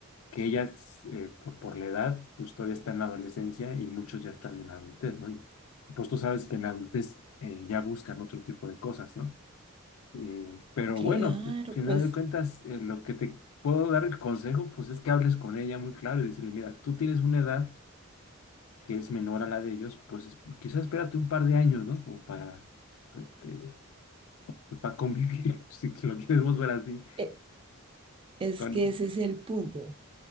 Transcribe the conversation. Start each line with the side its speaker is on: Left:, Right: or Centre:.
Left: que ellas, eh, pues por la edad, pues todavía están en la adolescencia y muchos ya están en la adultez, ¿no? Y pues tú sabes que en la adultez eh, ya buscan otro tipo de cosas, ¿no? Eh, pero
Right: Claro,
Left: bueno, al final
Right: pues
Left: de cuentas, eh, lo que te puedo dar el consejo, pues es que hables con ella muy claro y decirle, mira, tú tienes una edad que es menor a la de ellos, pues es- quizás espérate un par de años, ¿no? Como para, pues, que- pues, para convivir, <laughs> si que lo queremos ver así.
Right: e- es
Left: Con...
Right: que ese es el punto.